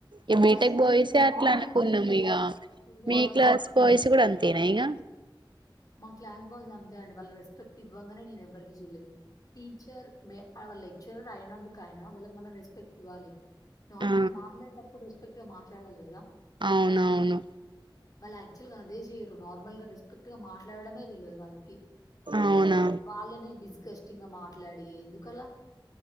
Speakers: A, on the right; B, on the left.
A: ఈ
B: బాయ్స్
A: బీటెక్
B: అంటే
A: బాయ్సే
B: ఎట్లుంటరు
A: అట్లా
B: నార్మల్‌గా
A: అనుకున్నాం
B: జూనియర్
A: ఇక
B: బాయ్స్, సీనియర్
A: మీ
B: బాయ్స్
A: క్లాస్ బాయ్స్ కూడా అంతేనా ఇక
B: మా క్స్ బాయ్స్ అంతే అండి వాళ్ళ రెస్పెక్ట్ ఇవ్వగానే నేను ఎవ్వరికి చూడలేదు టీచర్ మ లెక్చరర్ అయినందుకు అయన వాళ్ళకి మనం రెస్పెక్ట్ ఇవ్వాలి నార్మల్
A: ఆ
B: గా మాట్లాడేటప్పుడు రెస్పెక్ట్ గా మాట్లాడాలి కదా
A: అవునవును
B: మళ్ళీ యాక్చువల్ గా అదే చెయరు నార్మల్ గా రెస్పెక్ట్ గా మాట్లాడమే తెలియదు వాళ్ళకి
A: అవునా
B: వాళ్ళనే డిస్కస్టింగ్ గా మాట్లాడి ఎందుకలా